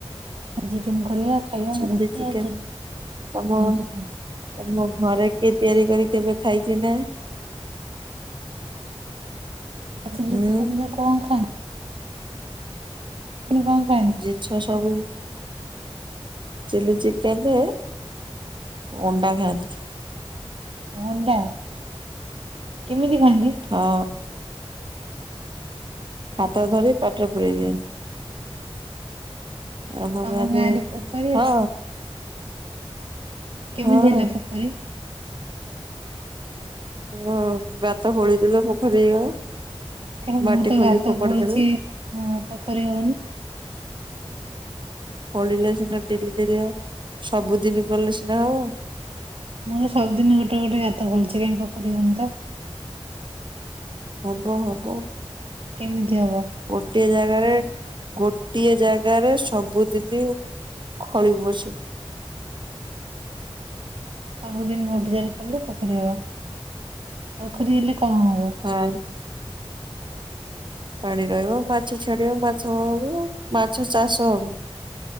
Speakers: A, on the right; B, on the right.
A: ଆ ଚିକେନ କରିବା। ଖାଇବା
B: ଚିଲ୍ଲି
A: ରୁଟି
B: ଚିକେନ
A: ଆଉ
B: ତମ
A: ଚିଲି ଚିକେନ
B: ତମ ଘରେ କିଏ ତିଆରି କରି କେବେ ଖାଇଚି ନା।
A: ଚିଲ୍ଲି
B: ହୁଁ
A: ଚିକେନରେ କଣ ଖାଆନ୍ତି? କଣ ଖାଆନ୍ତି
B: ଜିନିଷ ସବୁ ଚିଲ୍ଲି ଚିକେନ ଅଣ୍ଡା ଖାନ୍ତି।
A: ଅଣ୍ଡା କେମିତି ଖାନ୍ତି?
B: ହଁ ହାତରେ ଧରି ପାଟିରେ ପୁରେଇ ଦିଅନ୍ତି। ଆମ
A: ତମ
B: ଗାଁ
A: ଗାଁରେ
B: ରେ
A: ପୋଖରୀ
B: ହଁ।
A: ଅଛି କେମିତି
B: ହଁ
A: ହେଲା ପୋଖରୀ?
B: ଓ ଗାତ ଖୋଳି ଦେବେ ପୋଖରୀ ହେଇଗଲା।
A: କାଇଁ ମୁଁ
B: ମାଟି
A: ତ
B: ଖୋଲି
A: ଗାତ
B: ଫୋପାଡି
A: ଖୋଳୁଛି
B: ଦେଲେ
A: ଉଁ ପୋଖରୀ ହଉନି।
B: ଖୋଳିଲେ ସିନା ଡେଲି ଡେଲି ସବୁଦିନ କଲେ ସିନା ହବ।
A: ମୋର ସବୁଦିନ ଗୋଟେ ଗୋଟେ ଗାତ ଖୋଲିଛି କାଇଁ ପୋଖରୀ ହଉନି ତ।
B: ହବ ହବ।
A: କେମିତି ହବ।
B: ଗୋଟିଏ ଯାଗ ଜାଗାରେ ଗୋଟିଏ ଜାଗାରେ ସବୁଦିନ ଖୋଳିବୁ ଆସି
A: <inaudible> ସବୁଦିନ ଗୋଟ ଜାଗାରେ କଲେ ପୋଖରୀ ହବ। ପୋଖରୀ ହେଲେ କଣ ହବ?
B: ହଁ ପାଣି ରହିବ ମାଛ ଛାଡିବ ମାଛ ହବ। ମାଛ ଚାଷ ହବ।